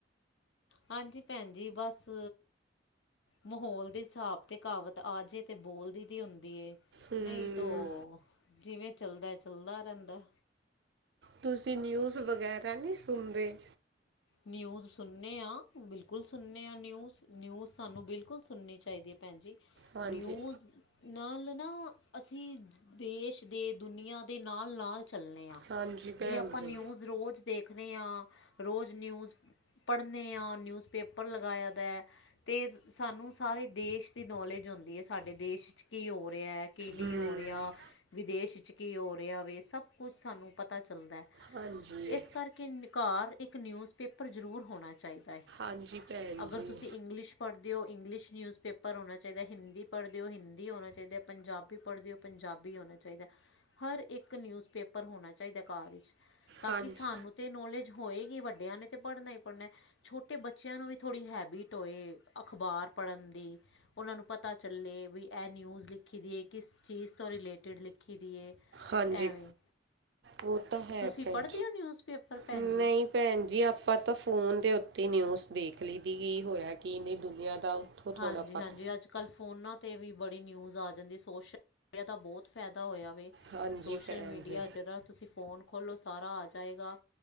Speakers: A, on the left; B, on the right.
A: ਹਾਂਜੀ ਭੈਣ ਜੀ ਬਸ ਮਾਹੌਲ ਦੇ ਹਿਸਾਬ 'ਤੇ ਕਹਾਵਤ ਆ ਜੇ 'ਤੇ ਬੋਲਦੀ ਦੀ ਹੁੰਦੀ ਏ।
B: ਹਮ
A: ਨਈ ਤੋਂ ਜਿਵੇਂ ਚੱਲਦਾ, ਚੱਲਦਾ ਰਹਿੰਦਾ।
B: ਤੁਸੀਂ ਨਿਊਜ਼ ਵਗੈਰਾ ਨੀ ਸੁਨਦੇ?
A: ਨਿਊਜ਼ ਸੁਨੇ ਆ, ਬਿਲਕੁੱਲ ਸੁਨੇ ਆ ਨਿਊਜ਼, ਨਿਊਜ਼ ਸਾਨੂੰ ਬਿਲਕੁੱਲ ਸੁਨੀ ਚਾਈਦੀ ਏ ਭੈਣ ਜੀ
B: ਹਾਂਜੀ
A: ਨਿਊਜ਼ ਨਾਲ ਨਾ ਅਸੀਂ ਦੇਸ਼ ਦੇ, ਦੁਨੀਆਂ ਦੇ ਨਾਲ-ਨਾਲ ਚੱਲਨੇ ਆ,
B: ਹਾਂਜੀ ਭੈਣ
A: ਜੇ ਆਪਾਂ
B: ਜੀ
A: ਨਿਊਜ਼ ਰੋਜ਼ ਦੇ ਖਨੇ ਆ, ਰੋਜ਼ ਨਿਊਜ਼ ਪੜਨੇ ਆ, ਨਿਊਜ਼ ਪੇਪਰ ਲਗਾਇਆ ਦਾ ਐ 'ਤੇ ਸਾਨੂੰ ਸਾਰੇ ਦੇਸ਼ ਦੀ ਨੌਲੇਜ ਹੁੰਦੀ ਏ, ਸਾਡੇ ਦੇਸ਼ 'ਚ ਕੀ ਹੋ ਰੇ ਐ ਕੀ ਨੀ
B: ਹਮ
A: ਹੋ ਰੇਆ, ਵਿਦੇਸ਼ 'ਚ ਕੀ ਹੋ ਰੇਆ ਵੇ ਸਭ ਕੁੱਛ ਸਾਨੂੰ ਪਤਾ ਚੱਲਦੈ।
B: ਹਾਂਜੀ
A: ਇਸ ਕਰਕੇ ਨ ਕਾਰ ਇੱ ਕ ਨਿਊਜ਼ ਪੇਪਰ ਜ਼ਰੂਰ ਹੋਣਾ ਚਾਈਦਾ ਐ,
B: ਹਾਂਜੀ ਭੈਣ
A: ਅਗਰ
B: ਜੀ
A: ਤੁਸੀਂ ਇੰਗਲਿਸ਼ ਪੜਦੇ ਓ ਇੰਗਲਿਸ਼ ਨਿਊਜ਼ ਪੇਪਰ ਹੋਣਾ ਚਾਈਦੈ, ਹਿੰਦੀ ਪੜਦੇ ਓ ਹਿੰਦੀ ਹੋਣਾ ਚਾਈਦੈ, ਪੰਜਾਬੀ ਪੜਦੇ ਓ ਪੰਜਾਬੀ ਹੋਣਾ ਚਾਈਦੈ, ਹਰ ਇੱਕ ਨਿਊਜ਼ ਪੇਪਰ ਹੋਣਾ ਚਾਈਦੈ ਘਾਰ ਵਿਚ। ਤਾਂ
B: ਹਾਂਜੀ
A: ਕਿ ਸਾਨੂੰ 'ਤੇ ਨੌਲੇਜ ਹੋਏਗੀ ਵੱਡਿਆਂ ਨੇ 'ਤੇ ਪੜਨਾ ਈ ਪੜਨੈ ਛੋਟੇ ਬੱਚਿਆਂ ਨੂੰ ਵੀ ਥੋੜ੍ਹੀ ਹੈਬਿਟ ਹੋਏ ਅਖਬਾਰ ਪੜ੍ਹਨ ਦੀ ਉਹਨਾ ਨੂੰ ਪਤਾ ਚੱਲੇ, ਵੀ ਐਹ ਨਿਊਜ ਲਿਖੀ ਦੀ ਏ, ਕਿਸ ਚੀਜ਼ ਤੋਂ ਰਿਲੇਟੀਡ ਲਿਖ ਲਿੱਖੀ ਦੀ ਏ
B: ਹਾਂਜੀ
A: ਐਵੇਂ
B: ਉਹ ਤਾਂ ਹੈ
A: ਤੁਸੀਂ
B: ਫਨ
A: ਪੜ੍ਹਦੇ ਹੋ ਨਿਊਜ਼ਪੇਪਰ ਭੈਣ
B: ਨਈ
A: ਜੀ
B: ਭੈਣ ਜੀ ਆਪਾਂ ਤਾਂ ਫੋਨ ਦੇ ਉੱਤੇ ਨਿਊਜ਼ ਦੇਖ ਲਈ ਦੀ ਏ ਹੋਇਆ ਕਿ ਇੰਨੀ ਦੁਨੀਆ ਦਾ ਥੋੜ੍ਹਾ
A: ਹਾਂਜੀ-
B: ਪਤਾ
A: ਹਾਂਜੀ। ਅੱਜ-ਕੱਲ੍ਹ ਫੋਨਾਂ ਤੇ ਵੀ ਬੜੀ ਨਿਊਜ਼ ਆ ਜਾਂਦੀ, ਸੋਸ਼ਲ ਦਾ ਤਾ ਬੋਤ ਫਾਇਦਾ ਹੋਇਆ ਵੇ,
B: ਹਾਂਜੀ
A: ਸੋਸ਼ਲ
B: ਭੈਣ
A: ਮੀਡੀਆ
B: ਜੀ
A: ਜਿਹੜਾ ਤੁਸੀਂ ਫੋਨ ਖੋਲੋ ਸਾਰਾ ਆ ਜਾਏਗਾ।